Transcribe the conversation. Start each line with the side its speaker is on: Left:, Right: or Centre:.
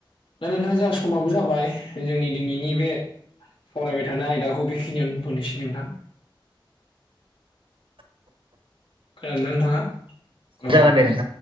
Left: दा नोंथां जोंहा समाबो जाबाय जोंनि दिनैनि बे सावरायबाय थानाय आयदाखौ बेखिनियावनो दोनथ'नोसै नोंथां।
Right: <inaudible>
Left: खोनादोंना नोंथाङा? औ
Right: जागोन
Left: दे।
Right: नोंथां